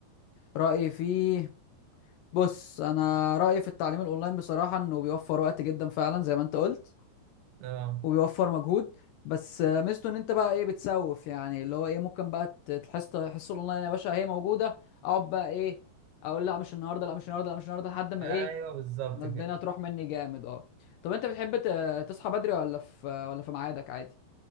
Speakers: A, on the left; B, on the right.
A: رأيي فيه بص انا رايي في التعليم الاونلاين بصراحه انه بيوفر وقت جدا فعلا زي ما انت قلت
B: اه
A: وبيوفر مجهود بس آه، ميزته ان انت بقى ايه بتسوف يعني اللي هو ايه ممكن بقى ت- تحس الحصه الاونلاين يا باشا هي موجوده اقعد بقى ايه اقول لا مش النهارده لا مش النهارده لا مش النهارده لحد ما
B: ايوه
A: ايه
B: بالظبط
A: ما الدنيا
B: كده
A: تروح مني جامد اه طب انت بتحب ت- تصحى بدري ولا في ولا في ميعادك عادي